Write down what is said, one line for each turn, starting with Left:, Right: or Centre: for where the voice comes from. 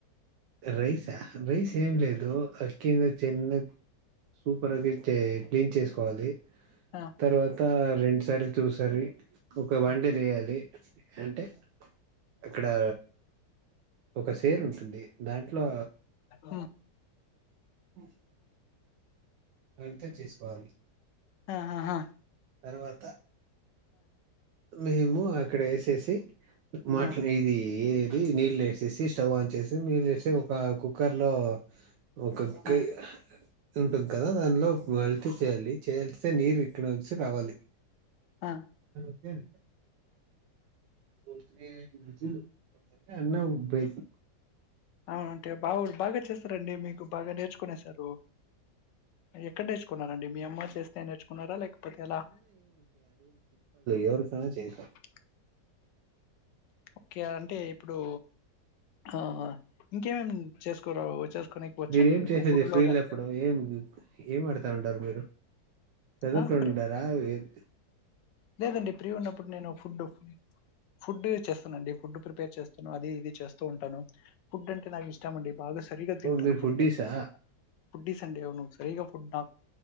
Right: రైసా రైస్ ఏం లేదు అక్కింవా చిన్నద్ సూపర్గాచే క్లీన్ చేసుకోవాలి
Left: ఆ
Right: తర్వాత రెండుసార్లు చూసారి ఒక వన్ డే లేయాలి అంటే
Left: టాక్
Right: అక్కడా ఒక సేరు ఉంటుంది దాంట్లో
Left: ఉమ్,
Right: ఆవును అంత చేసుకోవాలి
Left: ఆ హాహా
Right: తర్వాత మేహేము అక్కడ ఏసేసి మాట్లా
Left: ఆ
Right: ఇది ఏది నిల్ ఎసేసి స్టవ్ ఆన్ చేసి నిల్ ఎస్తే ఒక కుక్కర్ లో ఒక్కోకాయి
Left: ఆ
Right: ఉంటుంది కదా దానిలో మల్టీ చేయాలి చేస్తే నీరు విక్కడం వస్త వచ్చి రావాలి
Left: ఆ
Right: ఓకే ఓకే అన్నం పెట్
Left: ఆ అంటే బావోదు బాగా చేస్తారండి మీకు బాగా నేర్చుకునేసారు ఎక్కడ నేర్చుకున్నారండి మీ అమ్మ చేస్తే నేర్చుకున్నారా లేకపోతే ఎలా
Right: ఎవరు కన్నా చేస్తా
Left: క్లిక్ ఓకే అంటే ఇప్పుడు ఆహా ఇంకేమేమి చేసుకోరావో చేసుకోని వచ్చాండి
Right: మీరేం
Left: మీకు
Right: చేసేది
Left: ఫుడ్
Right: ఫ్రీలో
Left: లో గానీ
Right: అప్పుడు ఏం ఏం ఆడుగుతా ఉండారు మీరు చదువుకుంటారా
Left: ఆ ప్రి
Right: వెక్
Left: లేదండి ప్రీ ఉన్నప్పుడు నేను ఫుడ్ ఫుడే చేస్తానండి ఫుడ్ ప్రిపేర్ చేస్త నేను అది ఇది చేస్తూ ఉంటాను ఫుడ్ అంటే నా ఇష్టమండి బాగా సరిగా తింటాను
Right: మీరు
Left: ఫుడ్
Right: ఫుడ్డీసా
Left: ని ఫుడీస్ అండి అవును సరీగా ఫుడ్ నాక్